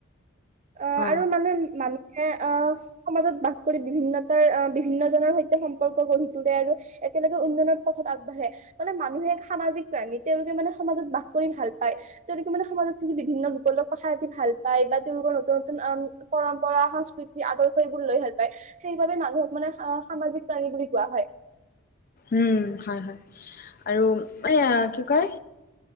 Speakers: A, on the right; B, on the left.
A: অহ
B: অ
A: ', আৰু মানে মানুহে অহ ', সমাজত বাস কৰি বিভিন্নতাৰ আহ', বিভিন্ন জনৰ সৈতে সম্পৰ্ক গঢ়ি তোলে আৰু একেলগে উন্নয়নৰ পথত আগবাঢ়ে মানে মানুহে এক সামাজিক প্ৰাণী তেওঁলোকে মানে সমাজত বাস কৰি ভাল পায়। তেওঁলোকে মানে সমাজত থাকি বিভিন্ন লোকৰ লগ কথা পাতি ভাল পায় বা ৰ নতুন নতুনম পৰম্পৰা সংস্কৃতি আদৰ্শ এইবোৰ লৈ ভাল পায়। সেইবাবে মানুহক মানে আঁহ ', সামাজিক প্ৰাণী বুলি কোৱা হয়।
B: উম', হয়-হয় আৰু মানে কি কয়